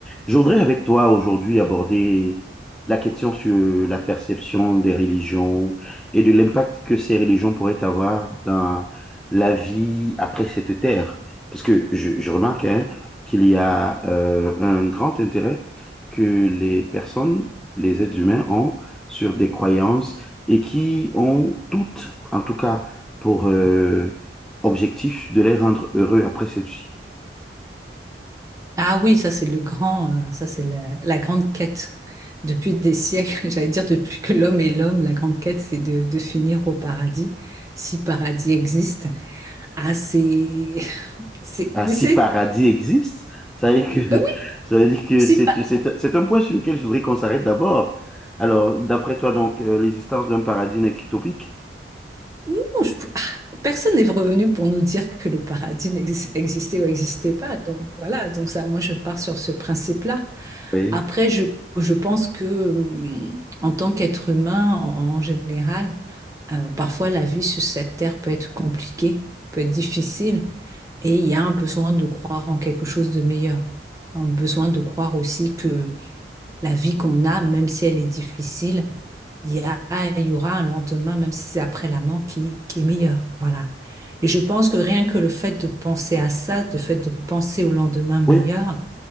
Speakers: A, in the centre; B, on the right.
A: Je voudrais avec toi aujourd'hui aborder la question sur la perception des religions et de l'impact que ces religions pourraient avoir dans la vie après cette terre. Parce que je, je remarque hein, qu'il y a euh, un grand intérêt que les personnes, les êtres humains ont sur des croyances et qui ont toutes, en tout cas pour euh, objectif, de les rendre heureux après cette vie.
B: Ah oui, ça c'est le grand, euh, ça c'est la, la grande quête. Depuis des siècles, <laughs> j'allais dire depuis que l'homme est l'homme, la grande quête c'est de, de finir au paradis, si paradis existe. Ah c'est, <laughs> c'est,
A: Ah, si
B: c'est-
A: paradis existe, ça veut dire que, <laughs>
B: ben oui,
A: ça veut dire que
B: si
A: c'est,
B: pa-
A: c'est, c'est un point sur lequel je voudrais qu'on s'arrête d'abord. Alors, d'après toi, donc, euh, l'existence d'un paradis n'est qu'utopique?
B: non, je- <laughs> personne n'est revenu pour nous dire que le paradis n'exis- existait ou n'existait pas. Donc voilà, donc ça, moi je pars sur ce principe-là.
A: Oui.
B: Après, je, je pense que hum, en tant qu'être humain en en général. Euh, parfois, la vie sur cette terre peut être compliquée, peut être difficile, et il y a un besoin de croire en quelque chose de meilleur. Un besoin de croire aussi que la vie qu'on a, même si elle est difficile, il y a, il y aura un lendemain, même si c'est après la mort, qui, qui est meilleur. Voilà. Et je pense que rien que le fait de penser à ça, le fait de penser au lendemain meilleur,
A: Oui,